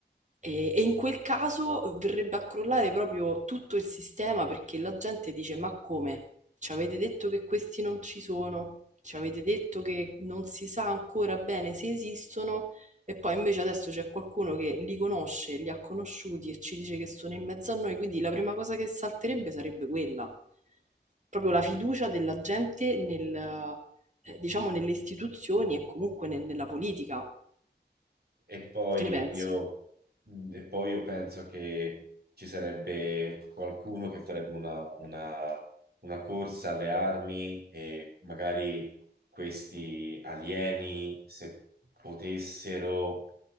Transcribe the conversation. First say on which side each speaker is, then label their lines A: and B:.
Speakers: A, on the right (about 45°); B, on the right (about 60°).
A: E, e in quel caso verrebbe a crollare proprio tutto il sistema perché la gente dice: Ma come? Ci avete detto che questi non ci sono? Ci avete detto che non si sa ancora bene se esistono? E poi invece adesso c'è qualcuno che li conosce, li ha conosciuti e ci dice che sono in mezzo a noi. Quindi la prima cosa che salterebbe sarebbe quella, proprio la fiducia della gente nel, eh, diciamo, nelle istituzioni e comunque nel- nella politica.
B: E poi
A: Che ne pensi?
B: io, e poi io penso che ci sarebbe qualcuno che farebbe una, una- una corsa alle armi e magari questi alieni, se potessero,